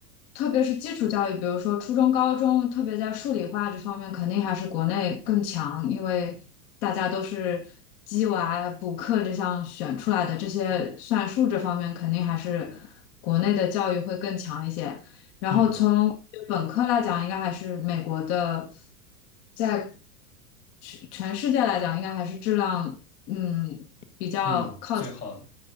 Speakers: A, on the left; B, on the left.
A: 特别是基础教育，比如说初中、高中，特别在数理化这方面，肯定还是国内更强，因为大家都是鸡娃补课这项选出来的，这些算术这方面肯定还是国内的教育会更强一些。然后从本科来讲，
B: 嗯
A: 应该还是美国的，在全全世界来讲，应该还是质量嗯比较靠
B: 嗯，最好的。